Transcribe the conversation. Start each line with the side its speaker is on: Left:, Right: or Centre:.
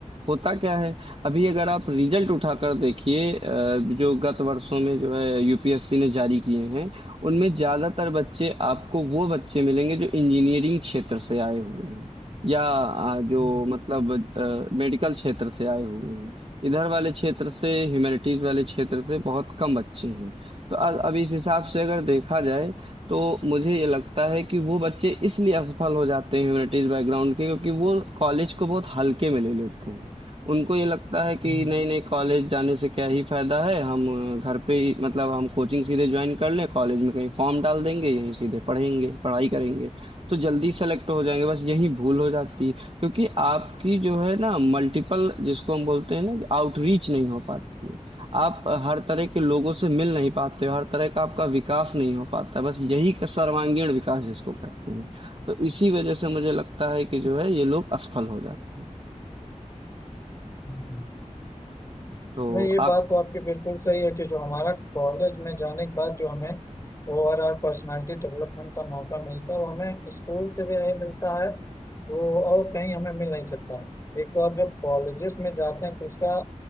Right: होता क्या है, अभी अगर आप रिजल्ट उठाकर देखिए अ, जो गत वर्षों में जो है यूपीएससी ने जारी किए हैं, उनमें ज़्यादातर बच्चे आपको वो बच्चे मिलेंगे जो इंजीनियरिंग क्षेत्र से आए हुए हैं। या आ, जो
Left: हम्म,
Right: मतलब अ, मेडिकल क्षेत्र से आए हुए हैं इधर वाले क्षेत्र से ह्यूमैनिटीज वाले क्षेत्र से बहुत कम बच्चे हैं तो अ- अब इस हिसाब से अगर देखा जाए तो मुझे ये लगता है कि वो बच्चे इसलिए असफल हो जाते हैं ह्यूमैनिटीज बैकग्राउंड के क्योंकि वो कॉलेज को बहुत हल्के में ले लेते हैं उनको ये लगता है कि
Left: हम्म,
Right: नहीं नहीं कॉलेज जाने से क्या ही फायदा है हम घर पे ही मतलब हम कोचिंग सीधे ज्वाइन कर लें कॉलेज में कहीं फॉर्म डाल देंगे यहीं सीधे पढ़ेंगे पढ़ाई करेंगे तो जल्दी सेलेक्ट हो जाएंगे बस यही भूल हो जाती है क्योंकि आपकी जो है ना मल्टीपल जिसको हम बोलते हैं ना कि आउटरीच नहीं हो पाती है आप हर तरह के लोगों से मिल नहीं पाते हो हर तरह का आपका विकास नहीं हो पाता बस यही का सर्वांगीण विकास जिसको कहते हैं तो इसी वजह से मुझे लगता है कि जो है ये लोग असफल हो जाते हैं
Left: हम्म।
Right: तो
Left: नहीं ये बात
Right: आप
Left: तो आपकी बिल्कुल सही है कि जो हमारा कॉलेज में जाने के बाद जो हमें ओवरऑल पर्सनालिटी डेवलपमेंट का मौका मिलता है वो हमें स्कूल से भी नहीं मिलता है वो और कहीं हमें मिल नहीं सकता एक तो आप जब कॉलेजेस में जाते हैं तो उसका